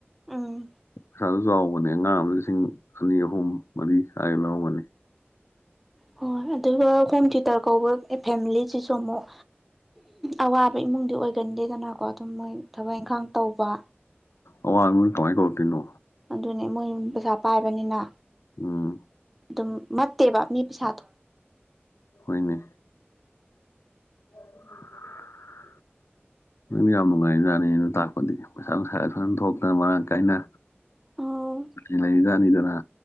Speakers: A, in the centre; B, on the left.
A: ꯎꯝ
B: ꯄꯩꯁꯥꯁꯨ ꯆꯥꯎꯕꯅꯤ ꯑꯉꯥꯡ ꯑꯃ ꯂꯤꯁꯤꯡ ꯑꯅꯤ ꯑꯍꯨꯝ ꯃꯔꯤ ꯁꯒ ꯂꯧꯔꯝꯒꯅꯤ
A: ꯍꯣꯏ ꯑꯗꯨꯒ ꯍꯣꯝ ꯊꯤꯦꯇꯔ ꯀꯧꯕ ꯑꯦ ꯐꯦꯃꯤꯂꯤꯁꯤꯁꯨ ꯑꯃꯨꯛ ꯑꯋꯥꯕ ꯏꯃꯨꯡꯗꯤ ꯑꯣꯏꯒꯟꯗꯦꯗꯅ ꯀꯣ ꯑꯗꯨꯝ ꯃꯣꯏ ꯊꯕꯛ ꯏꯪꯈꯥꯡ ꯇꯧꯕ
B: ꯑꯋꯥꯡ ꯀꯃꯥꯏꯅ ꯀꯧꯔꯛꯇꯣꯏꯅꯣ
A: ꯑꯗꯨꯅꯦ ꯃꯣꯏ ꯌꯨꯝ ꯄꯩꯁꯥ ꯄꯥꯏꯕꯅꯤꯅ
B: ꯑꯝ
A: ꯑꯗꯨꯝ ꯃꯠꯇꯦꯕ ꯃꯤ ꯄꯩꯁꯥꯗꯣ
B: ꯍꯅꯦ ꯑꯣ ꯅ ꯌꯥꯝ ꯅꯨꯡꯉꯥꯏꯖꯥꯠꯅꯤ ꯑꯅ ꯇꯥꯛꯄꯗꯤ ꯄꯩꯁꯥ ꯅꯨꯡꯁꯥꯗ ꯐꯖꯅ ꯊꯣꯛꯇꯅ ꯃꯔꯥꯡ ꯀꯥꯏꯅ
A: ꯑꯣ
B: ꯏ ꯏꯅꯤꯗꯅꯥ